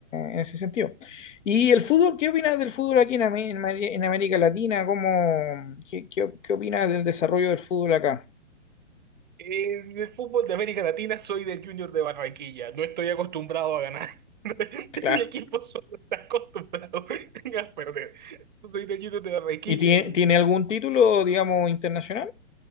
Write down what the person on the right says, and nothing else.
En el fútbol de América Latina soy del Junior de Barranquilla. No estoy acostumbrado a ganar. <laughs>
Mi equipo solo está acostumbrado <laughs> a perder. Soy del Junior de Barranquilla
y